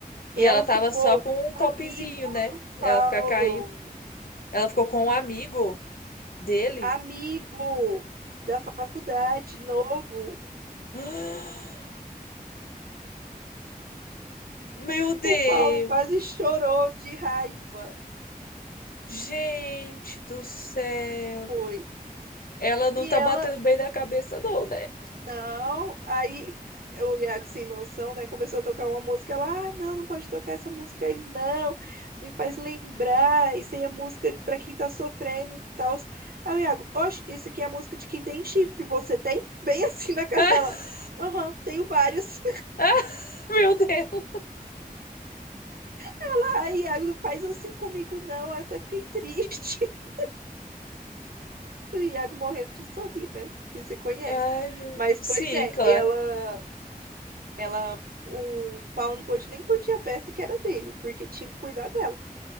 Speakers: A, on the left; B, on the right.
A: E
B: Ela
A: ela tava
B: ficou
A: só com
B: com
A: um
B: um
A: topzinho,
B: amigo
A: né?
B: do
A: Ela
B: Paulo,
A: ficar caindo. Ela ficou com um amigo dele.
B: amigo da faculdade, novo.
A: <gasps> Meu Deus.
B: O Paulo quase chorou de raiva.
A: Gente do céu.
B: Foi.
A: Ela não
B: E
A: tá
B: ela
A: batendo bem na cabeça, não, né?
B: Não, aí o Iago, sem noção, né, começou a tocar uma música. Ela, ah, não, não pode tocar essa música aí, não. Me faz lembrar. Isso aí é música pra quem tá sofrendo e tal. Aí o Iago, oxe, isso aqui é música de quem tem chifre. Você tem? Bem <laughs> assim na cara
A: Ah,
B: dela. Aham, tenho vários.
A: <laughs> meu Deus.
B: <laughs> Ai, Iago, não faz assim comigo, não. Eu até fiquei triste. <laughs> O Iago morrendo de sorrir, né? Que você conhece.
A: Ai, meu.
B: Mas,
A: Sim,
B: pois é,
A: claro.
B: ela. Ela, o Paulo não pôde nem curtir a festa que era dele, porque tinha que cuidar dela.